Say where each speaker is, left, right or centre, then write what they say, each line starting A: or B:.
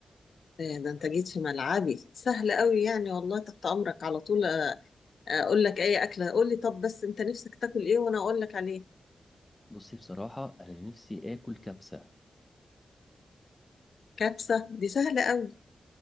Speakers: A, on the left; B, on the left.
A: إيه ده أنت جيت في ملعبي سهل قوي يعني والله تحت أمرك على طول اقول لك اي اكله قول لي طب بس انت نفسك تاكل ايه وانا اقول لك عليه
B: بصي بصراحة أنا نفسي آكل كبسة
A: كبسه دي سهله قوي